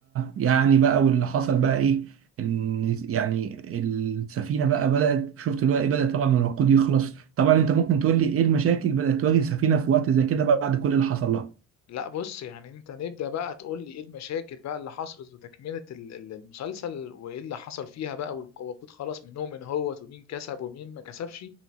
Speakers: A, on the right; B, on the left.
A: يعني بقى واللي حصل بقى ايه ان يعني السفينه بقى بدات شفت اللي هو ايه بدات طبعا من الوقود يخلص طبعا انت ممكن تقول لي ايه المشاكل بدات تواجه السفينه في وقت زي كده بعد كل اللي حصل لها
B: لا بص يعني انت نبدأ بقى تقول لي ايه المشاكل بقى اللي حصلت وتكملة ال- ال- المسلسل وايه اللي حصل فيها بقى والق- والوقود خلص منهم من هو ومين كسب ومين ما كسبش